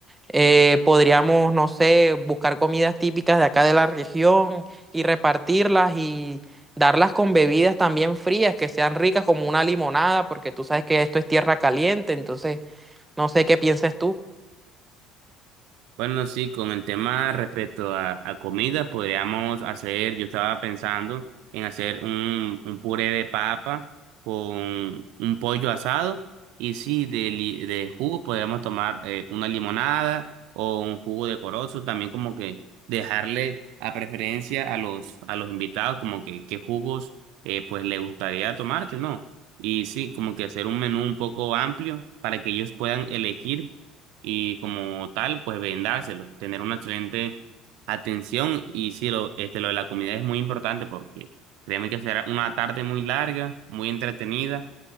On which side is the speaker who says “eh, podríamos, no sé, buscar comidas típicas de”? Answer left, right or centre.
Right